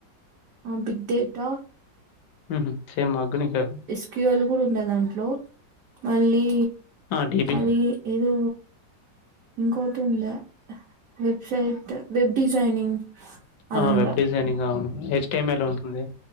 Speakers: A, on the right; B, on the left.
A: ఆ బిగ్ డేటా
B: ఉహు సేమ్ మాకు మీకు అవే
A: ఎస్క్యూలు కూడా ఉండే దాంట్లో మళ్ళీ
B: ఆ, డిబి
A: అది ఏదో ఇంకొటి ఉందా వెబ్సైట్ వెబ్ డిజైనింగ్ అది
B: ఆ
A: ఉండే
B: వెబ్ డిజైనింగ్ అవును హెచ్టిఎంయల్ ఉంటుంది.